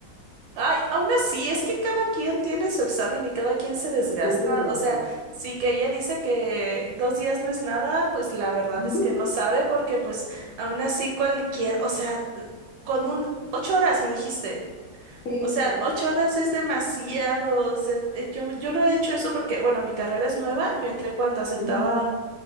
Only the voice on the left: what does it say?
Sí, oye.
Ujú,
Sí,
ocho
horas.
Ujú,